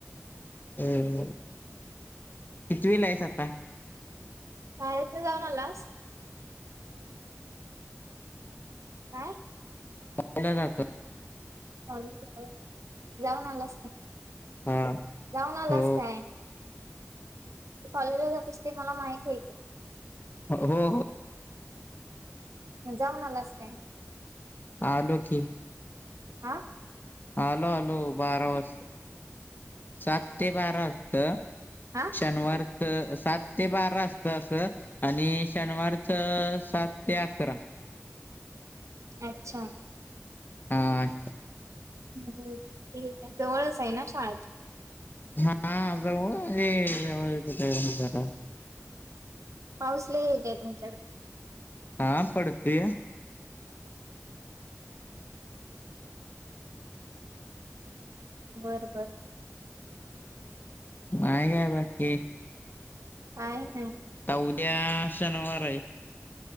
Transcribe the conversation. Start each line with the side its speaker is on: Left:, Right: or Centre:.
Left: हं ह्.... कित वीला आहेच आता?...
Right: शाळेत न जाऊनलास.... काय?..
Left: पुणय राहते...
Right: हळु हळु जाऊन आलास का.
Left: हा
Right: जाऊन आलास
Left: हो
Right: काय? तू कॉलेजला जातसते माहती आहे की....
Left: हो हो...
Right: मग जाऊणा आला अस काय?
Left: आलो की...
Right: आअं....
Left: आलो आलो बारा वाजस सात ते बारा वाजत......
Right: हा
Left: शनिवार सात ते बारा असत असं आणि शनिवार..... सात ते अकरा....
Right: अच्छा....
Left: हा अच्छा....
Right: हम् ठीक आहे जवळच आहे ना शाळ...
Left: हाुठ..
Right: पाऊस लई आहे का तुमच्याकडे...
Left: हा पडतेय...
Right: बर बर....
Left: मग काय बाकी..
Right: काय नाही...
Left: आता उद्या शनिवार आहे...